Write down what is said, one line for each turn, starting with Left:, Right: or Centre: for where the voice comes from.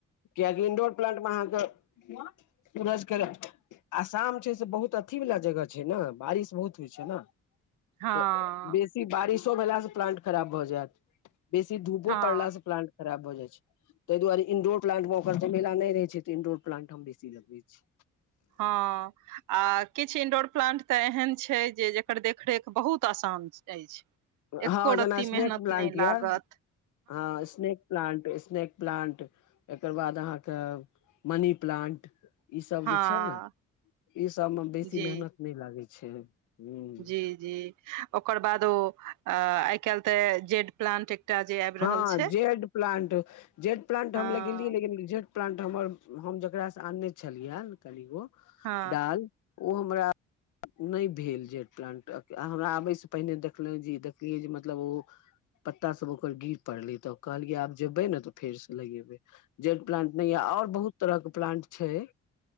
Left: कियकि इंडोर प्लांट मे अहाँकेँ कर आ शाम छै से बहुत अथी वला जगह छै ने बारिश बहुत होइ छै ने।
Right: हँ
Left: तऽ बेसी बारिशो भेलास प्लाट खराब भऽ जायत बेसी धूबो
Right: हँ
Left: पड़लास से प्लाट खराब भए जाइ छै ताहि दुआरे इंडोर प्ललांट मे ओकर जमेला नहि रहे छै तऽ इंडोर प्लांट हम बेसी लगे छी
Right: हँ। आ किछु इंडोर प्लाट तऽ एहन छै जे जकर देखरेख बहुत आसान अछि एको
Left: हँ जेना
Right: रत्ती
Left: स्नेक
Right: मेहनत
Left: प्लाट
Right: नहि
Left: यऽ
Right: लागत
Left: हँ स्नेक प्लान्ट स्नैक प्लान्ट एकर बाद अहाँकेँ मनी प्लान्ट ई सभ
Right: हँ
Left: जे छै ने ई सभमे बेसी
Right: जी
Left: मेहनत नहि लागै छै ह
Right: जी जी ओकर बाद ओ आइ काल्हि तऽ जेड प्लांट एकटा जे आबि रहल
Left: हँ
Right: छै
Left: जेड प्लांट जेड प्लांट
Right: हँ
Left: हम लगेलियै लेकिन जे प्लान्ट हमर हम जकरासँ आनने छलियैन कनिगो
Right: हँ
Left: डाल ओ हमरा ओ नय भेल जेड प्लांट हमरा आबयसँ पहिने देखलहुँ जे देखलियै जे मतलब ओ पत्ता सब ओकर गिर पड़लेै तऽ कहलियै आब जेबे ने तऽ फेर से लगेबे जेट प्लांट नहि ये आओर बहुत तरह के प्लांट छै